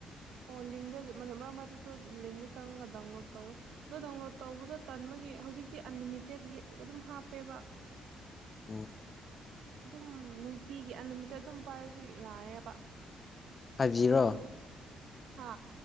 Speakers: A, on the right; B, on the left.
A: ꯑꯣ ꯂꯤꯡꯗ ꯃꯔꯛ ꯃꯔꯛꯇꯁꯨ ꯂꯤꯡꯗ ꯆꯪꯉꯒ ꯗꯥꯎꯟꯂꯣꯗ ꯇꯧꯋꯦ ꯑꯗꯣ ꯗꯥꯎꯟꯂꯣꯗ ꯇꯧꯕꯗꯣ ꯇꯟꯕꯒꯤ ꯍꯧꯖꯤꯛꯇꯤ ꯑꯟꯂꯤꯃꯤꯇꯦꯠ ꯑꯗꯨꯝ ꯍꯥꯞꯄꯦꯕ
B: ꯑꯝ
A: ꯑꯗꯨꯝ ꯅꯨꯡꯇꯤꯒꯤ ꯑꯟꯂꯤꯃꯤꯠꯇ ꯑꯗꯨꯝ ꯄꯥꯏꯔꯁꯨ ꯌꯥꯏꯌꯦꯑꯕ
B: ꯐꯥꯏꯚ ꯖꯤꯔꯣ
A: ꯑꯗꯨꯝ ꯍꯥ